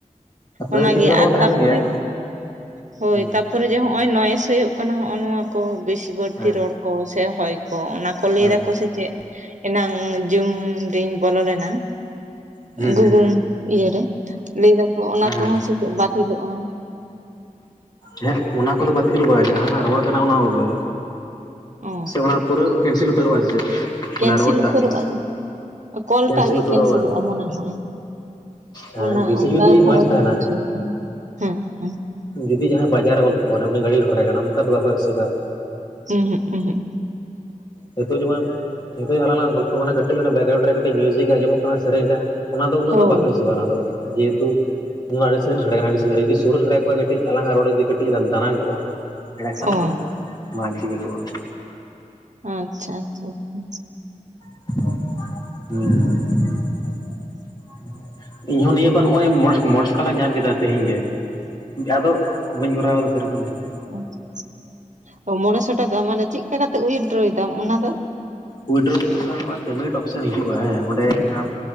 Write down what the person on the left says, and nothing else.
ᱛᱟᱹᱣ
ᱠᱤᱪᱷᱩ ᱜᱟᱱ ᱫᱚᱠᱚ
ᱛᱟᱦᱮᱱ
ᱜᱮᱭᱟ
ᱦᱩᱸ
ᱦᱮᱸ
ᱦᱮᱸ
ᱦᱩᱸ
ᱦᱩᱸ
ᱦᱮᱸ
ᱦᱮᱸ ᱚᱱᱟ ᱠᱚᱫᱚ ᱵᱟᱹᱛᱤᱞᱚᱜᱼᱟ ᱡᱟᱦᱟ ᱨᱚᱲ ᱠᱟᱱᱟ ᱚᱱᱟ ᱠᱚᱜᱮ
ᱥᱮ ᱚᱱᱟ ᱯᱩᱨᱟ. ᱠᱮᱱᱥᱮᱞ ᱩᱛᱟᱹᱨᱚᱜ ᱟ ᱥᱮ ᱪᱮᱫ
ᱚᱱᱟ ᱨᱚᱲ ᱴᱟᱜ
ᱜᱮ
ᱠᱮᱱᱥᱮᱞ
ᱩᱛᱟᱹᱨᱚᱜᱼᱟ
ᱵᱟᱝ
ᱦᱮᱸ
ᱵᱮᱥᱤ
ᱡᱩᱫᱤ
ᱱᱚᱭᱮᱥ
ᱛᱟᱦᱮᱱᱟ
ᱡᱩᱫᱤ ᱡᱟᱦᱟᱸᱭ ᱵᱟᱡᱟᱨ ᱨᱮ ᱜᱚᱞᱯᱚ ᱠᱟᱱᱟ ᱩᱱᱤ ᱜᱟᱹᱰᱤ ᱥᱟᱰᱮ ᱠᱟᱱᱟ ᱚᱱᱠᱟ ᱫᱚ ᱵᱟᱠᱚ ᱮᱠᱥᱮᱯ ᱟ
ᱳ ᱦᱮᱛᱳ ᱡᱮ ᱵᱟᱝ ᱱᱤᱛᱚᱜ ᱟᱞᱟᱝ ᱜᱚᱞᱯᱚ ᱠᱟᱱᱟ ᱠᱟᱹᱴᱤᱡ ᱚᱱᱟ ᱵᱮᱠᱜᱨᱟᱩᱱᱰ ᱨᱮ ᱠᱟᱴᱤᱡ ᱢᱤᱭᱩᱡᱤᱠ ᱮ ᱟᱸᱡᱚᱜ ᱠᱟᱱᱟ ᱥᱮᱨᱮᱧ ᱫᱟ ᱚᱱᱟ ᱫᱚ ᱩᱱᱟᱹᱜ
ᱫᱚ ᱵᱟᱠᱚ ᱦᱤᱥᱟᱹᱵᱽᱼᱟ ᱚᱱᱟ ᱡᱮᱦᱮᱛᱩ ᱱᱚᱭᱟ ᱟᱹᱰᱤ ᱥᱟᱺᱜᱤᱧ ᱨᱮ ᱥᱮᱰᱮ ᱠᱟᱱᱟ ᱟᱹᱰᱤ ᱥᱟᱺᱜᱤᱧ ᱨᱮ ᱡᱩᱫᱤ ᱥᱩᱨ ᱨᱮ ᱠᱟᱹᱴᱤᱡ ᱟᱞᱟᱝ ᱨᱚᱲᱮᱜ ᱡᱩᱫᱤ ᱫᱟᱱᱟᱝ ᱠᱚᱜᱼᱟ ᱾ ᱮᱸᱰᱮ ᱠᱷᱟᱱ
ᱫᱚ ᱵᱟᱝ ᱪᱤᱠᱟᱹ ᱡᱚᱜᱼᱟ ᱾
<unintelligible> ᱦᱩᱸ ᱾ <unintelligible> ᱤᱧᱦᱚᱸ ᱱᱤᱭᱟᱹ ᱵᱟᱨ ᱱᱚᱜᱼᱚᱭ ᱢᱚ ᱢᱚᱬᱮ ᱥᱚ ᱴᱟᱠᱟᱧ ᱧᱟᱢ ᱠᱮᱫᱟ ᱛᱮᱦᱮᱧ ᱜᱮ, ᱡᱟᱫᱚᱼᱼ ᱵᱟᱹᱧ ᱠᱚᱨᱟᱣᱫᱟ ᱥᱮᱨᱚᱠᱚᱢ ᱫᱚ ᱾
ᱩᱭᱤᱫᱽᱰᱨᱚ ᱫᱚ ᱦᱩᱭᱩᱜ ᱠᱟᱱᱟ ᱱᱚᱜᱼᱚ ᱯᱮᱢᱮᱱᱴ ᱚᱯᱥᱮᱱ ᱦᱤᱡᱩᱜᱼᱟ, ᱦᱮᱸ ᱚᱸᱰᱮ ᱟᱢ